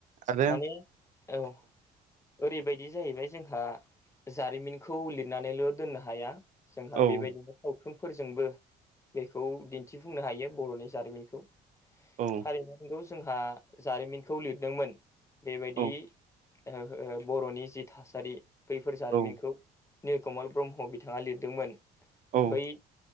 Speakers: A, on the right; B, on the left.
A: आरो
B: माने औ। ओरैबायदि जाहैबाय जोंहा जारिमिनखौ लिरनानैल' दोननो हाया जोंहा
A: औ
B: बेबायदिनो सावथुनफोरजोंबो बेखौ दिन्थिफुंनो हायो बर'नि जारिमिनखौ।
A: औ।
B: नोंगौ जोंहा जारिमिनखौ लिरदोंमोन बेबायदि
A: औ
B: ओ ओ बर'नि जि थासारि बैफोर जारिमिनखौ
A: औ
B: निलकमल ब्रह्म बिथाङा लिरदोंमोन
A: औ
B: बै